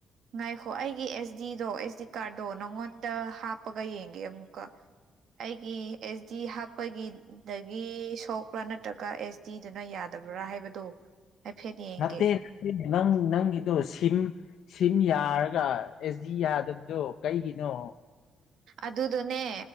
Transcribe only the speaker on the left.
ꯅꯠꯇꯦ ꯅꯪ ꯅꯪꯒꯤꯗꯣ ꯁꯤꯝ ꯁꯤꯝ ꯌꯥꯔꯒ ꯑꯦꯁ ꯗꯤ ꯌꯥꯗꯕꯗꯣ ꯀꯩꯒꯤꯅꯣ